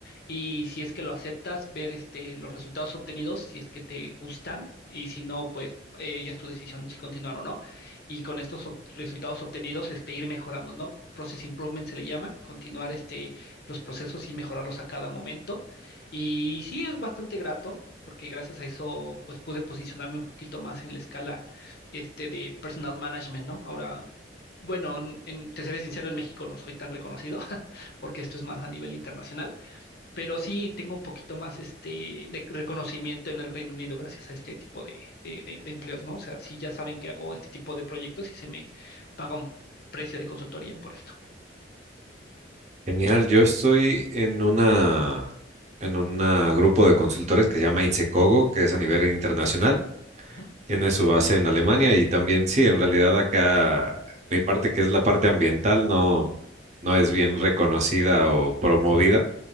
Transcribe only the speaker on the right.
Genial, yo estoy en una en un grupo de consultores que se llama Insecogo, que es a nivel internacional.
Tiene su base en Alemania y también sí, en realidad acá mi parte que es la parte ambiental no, no es bien reconocida o promovida,